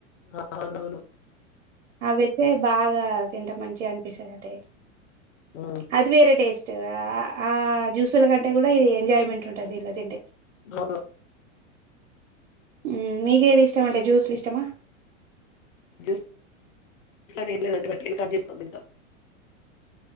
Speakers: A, on the left; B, on the right.
A: ఆ అవునవును
B: అవితే బాగా తింటా మంచిగా అనిపిస్తుంది అంటే
A: ఉమ్,
B: అది వేరే టేస్ట్ ఆ ఆ జ్యూసుల కంటే కూడా ఇది ఎంజాయ్మెంట్ ఉంటుంది దీన్ని తింటే
A: అవును
B: ఊ మీకేది ఇష్టమ అంటే జ్యూసులు ఇష్టమా
A: జు జ్యూసలు అని ఎంలేదు అండి వట్టిగనే కట్ చేసుకొని తింటాం